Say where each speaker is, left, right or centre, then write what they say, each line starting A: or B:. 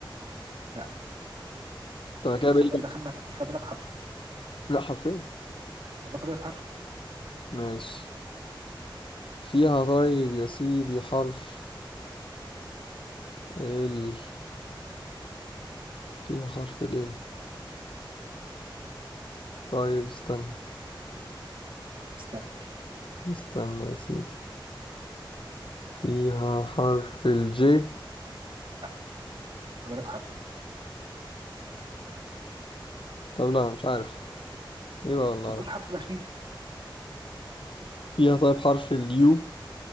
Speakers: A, on the right (about 75°); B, on the left (about 80°).
A: لا
B: طب
A: انت
B: أنا كده
A: كده
B: بقى
A: خلي
B: لي
A: بالك
B: كام؟
A: دخلنا ف- فاضلك حرف
B: لا حرفين
A: والله فاضلك حرف
B: ماشي فيها طيب يا سيدي حرف ال فيها حرف الإيه؟ طيب استنى
A: مم. مستني
B: استنى يا سيدي فيها حرف الجي
A: لا فاضلك حرف
B: طب لا مش عارف ايه بقى والله
A: طب
B: أعرف.
A: قول الحرف الاخير
B: فيها طيب حرف اليو